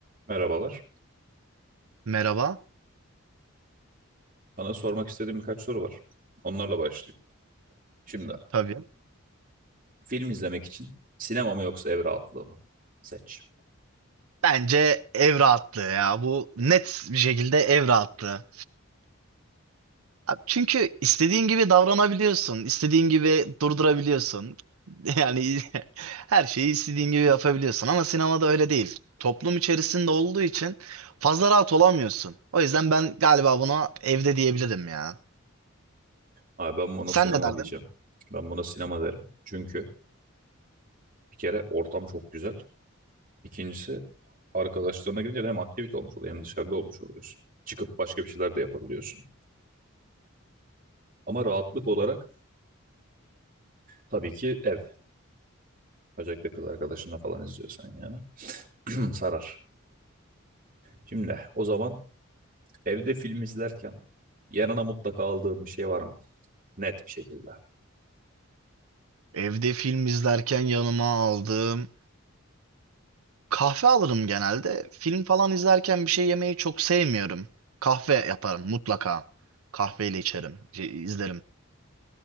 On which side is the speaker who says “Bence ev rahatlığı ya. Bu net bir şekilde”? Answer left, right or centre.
Right